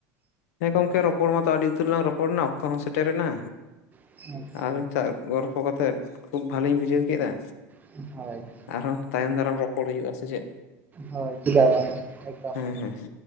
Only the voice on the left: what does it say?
ᱦᱮᱸ ᱜᱚᱝᱠᱮ ᱨᱚᱯᱚᱲ ᱢᱟᱛᱚ ᱟᱹᱰᱤ ᱩᱛᱟᱹᱨ ᱞᱟᱝ ᱨᱚᱯᱚᱲ ᱮᱱᱟ ᱚᱠᱛᱚ ᱦᱚᱸ ᱥᱮᱴᱮᱨ ᱮᱱᱟ
ᱟᱵᱤᱱ ᱥᱟᱶ ᱜᱚᱞᱯᱚ ᱠᱟᱛᱮᱫ ᱠᱷᱩᱵ ᱵᱷᱟᱞᱤᱧ ᱵᱩᱡᱷᱟᱹᱣ ᱠᱮᱫᱟ᱾
ᱟᱨᱦᱚᱸ ᱛᱟᱭᱚᱢ ᱫᱟᱨᱟᱢ ᱨᱚᱯᱚᱲ ᱦᱩᱭᱩᱜ-ᱟ ᱥᱮ ᱪᱮᱫ᱾
ᱦᱮᱸ
ᱦᱮᱸ
ᱦᱮᱸ